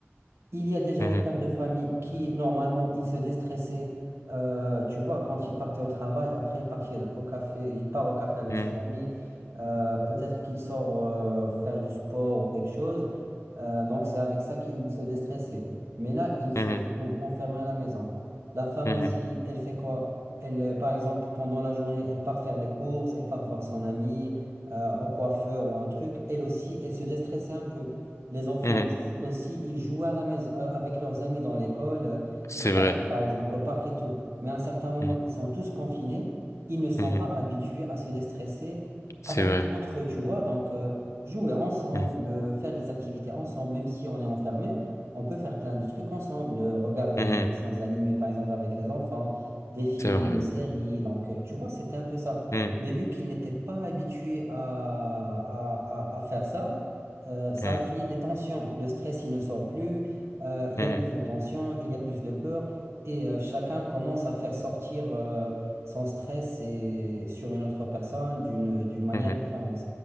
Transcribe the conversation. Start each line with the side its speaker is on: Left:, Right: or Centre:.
Right: il y a déjà
Left: mhm,
Right: le père de famille qui, normalement, il se déstressait, euh, tu vois, quand il partait au travail. Après, il partait au café, il part au café avec
Left: mhm,
Right: ses amis. euh, peut-être qu'il sort euh, faire du sport ou quelque chose. Euh, donc, c'est avec ça qu'il se déstressait. Mais là, il
Left: mhm,
Right: se retrouve enfermé à la maison. La femme
Left: mhm,
Right: aussi, elle fait quoi? Elle, euh, par exemple, pendant la journée, elle part faire les courses, elle part voir son ami, euh, au coiffeur ou un truc. Elle aussi, elle se déstressait un peu. Les enfants
Left: mhm.
Right: ici aussi, ils jouent à la maison, euh, avec leurs amis dans l'école, euh,
Left: C'est
Right: ils partent
Left: vrai.
Right: par exemple au parc et tout. Mais à un certain moment,
Left: Mhm,
Right: ils sont tous confinés, ils ne sont
Left: mhm.
Right: pas habitués à se déstresser
Left: C'est
Right: avec
Left: vrai.
Right: entre eux, tu vois. Donc, euh, jouer ensemble,
Left: Mhm.
Right: euh, faire des activités ensemble, même si on est enfermé, on peut faire plein de trucs ensemble, euh, regarder
Left: Mhm.
Right: des dessins animés par exemple avec les enfants, des films
Left: C'est vrai.
Right: ou des séries. Donc, euh, tu vois, c'était un peu ça.
Left: Mhm.
Right: Mais vu qu'ils n'étaient pas habitués à, à à- à faire ça, euh, ça
Left: Mhm.
Right: a créé des tensions. Le stress, il ne sort plus. euh, il
Left: Mhm.
Right: y a plus de tensions, il y a plus de peur. Et euh, chacun commence à faire sortir euh, son stress et, sur une autre personne d'une d'une manière
Left: Mhm.
Right: différente.